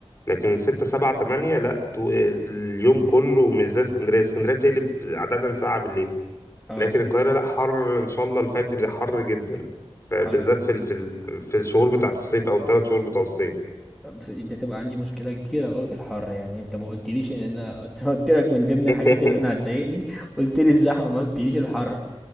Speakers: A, on the left; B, in the centre.
A: لكن ستة سبعة تمانية لا تو- اليوم كله مش زي اسكندرية اسكندرية بتقلب عادة ساعة بالليل
B: اه
A: لكن القاهرة لا حر ان شاء الله الفجر حر جدا فبالذات
B: حر
A: في ال- في ال- في الشهور بتاعت الصيف او الثلاث شهور بتوع الصيف
B: بس دي تبقى عندي مشكلة كبيرة قوي في الحر يعني انت ما قلتليش ان انا <laughs> انت قلت لك من ضمن
A: <laughs>
B: الحاجات اللي انا هتضايقني قلت لي الزحمة ما قلتليش الحر